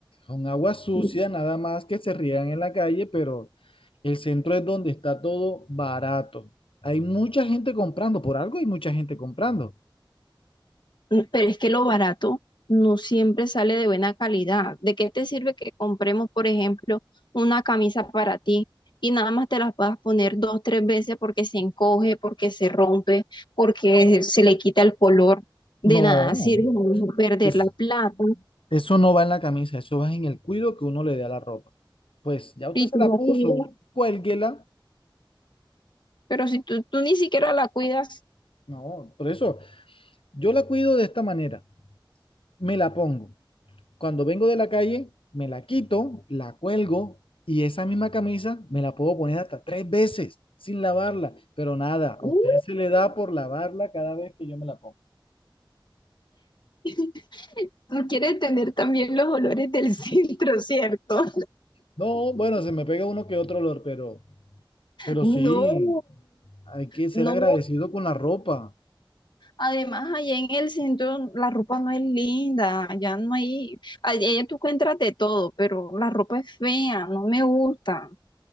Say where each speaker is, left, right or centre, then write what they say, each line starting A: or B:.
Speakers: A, on the left; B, on the left.
A: son aguas sucias
B: ¿no?
A: nada más que se riegan en la calle, pero el centro es donde está todo barato. Hay mucha gente comprando, por algo hay mucha gente comprando.
B: N- Pero es que lo barato no siempre sale de buena calidad. ¿De qué te sirve que compremos, por ejemplo, una camisa para ti y nada más te las puedas poner dos, tres veces porque se encoge, porque se rompe, porque se le quita el color? De
A: No,
B: nada sirve no perder
A: es,
B: la plata
A: Eso no va en la camisa, eso va en el cuido que uno le dé a la ropa. Pues ya usted
B: y
A: se
B: tú
A: la
B: no
A: puso,
B: cuidas.
A: cuélguela.
B: Pero si tú, tú ni siquiera la cuidas,
A: No, por eso yo la cuido de esta manera. Me la pongo. Cuando vengo de la calle, me la quito, la cuelgo y esa misma camisa me la puedo poner hasta tres veces sin lavarla. Pero nada,
B: ¡uy!
A: a usted se le da por lavarla cada vez que yo me la pongo.
B: <laughs> Tú quieres tener también los olores del <laughs> centro, ¿cierto?
A: No, bueno, se me pega uno que otro olor, pero, pero
B: No,
A: sí, hay que ser
B: no,
A: agradecido con la ropa.
B: Además, allá en el centro la ropa no es linda, ya no hay, allá tú encuentras de todo, pero la ropa es fea, no me gusta.